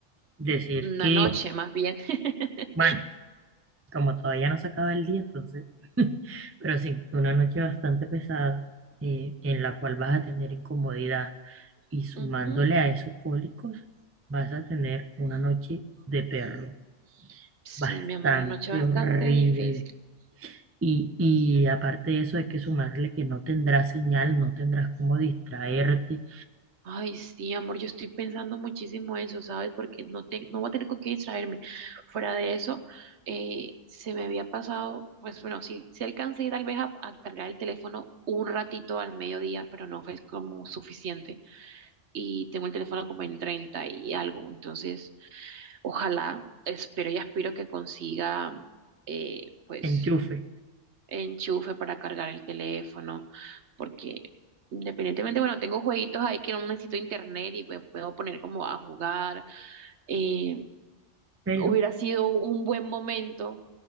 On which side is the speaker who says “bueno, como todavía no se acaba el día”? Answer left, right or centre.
Right